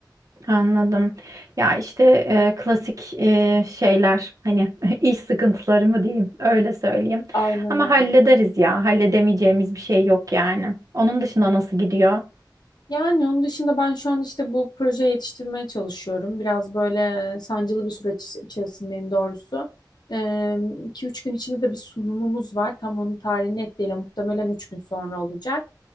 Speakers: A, on the right; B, on the left.
A: Anladım. Ya işte e, klasik e, şeyler hani <laughs> iş sıkıntıları mı diyeyim öyle söyleyeyim.
B: Aynen
A: Ama
B: öyle.
A: hallederiz ya halledemeyeceğimiz bir şey yok yani. Onun dışında nasıl gidiyor?
B: Yani onun dışında ben şu an işte bu projeye yetiştirmeye çalışıyorum. Biraz böyle sancılı bir süreç iç- içerisindeyim doğrusu. Ee, 2-3 gün içinde de bir sunumumuz var. Tam onun tarihini net değil ama muhtemelen 3 gün sonra olacak.